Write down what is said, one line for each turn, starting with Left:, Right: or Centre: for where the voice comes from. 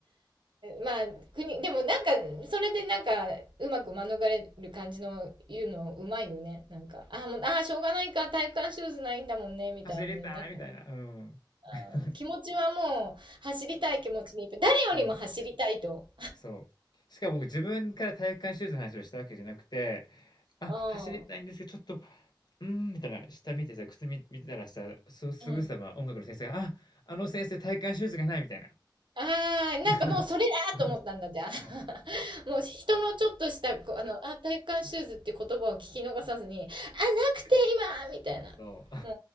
Right: まあ、国、でもなんか、それでなんか、うまく免れる感じの言うのうまいよね。なんか、ああ、もう、ああ、しょうがないか、体育館シューズないんだもんね、みたいにね、
Left: 走りたいみたいな、
Right: なっか。
Left: うん。
Right: あーもう気持ちはもう、
Left: <laughs>
Right: 走りたい気持ちでいっぱい。誰よりも走りたいと。
Left: そう。そう。しかも僕自分から体育館シューズの話をしたわけじゃなくて、あ、
Right: うん。
Left: 走りたいんですけど、ちょっと、うーん、みたいな、下見てさ、靴見、見てたらさ、す、すぐさま音楽の先生が、
Right: うん。
Left: あ、あの先生体育館シューズがないみたいな。
Right: ああ、
Left: <laughs>
Right: なんかもうそれだと思ったんだ、じゃあ。
Left: そう、
Right: <laughs> もう人のちょっとした、こうあの、あ、体感シューズって言葉を聞き逃さずに、あ、なくて今みたいな。
Left: そ
Right: も